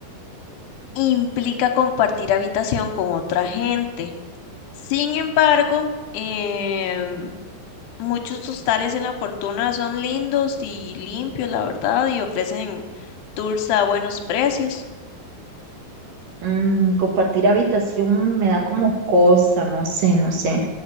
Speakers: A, on the left; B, on the right.
A: implica compartir habitación con otra gente. Sin embargo, em, muchos hostales en La Fortuna son lindos y limpios, la verdad, y ofrecen tours a buenos precios.
B: Mm, compartir habitación me da como cosa, no sé, no sé.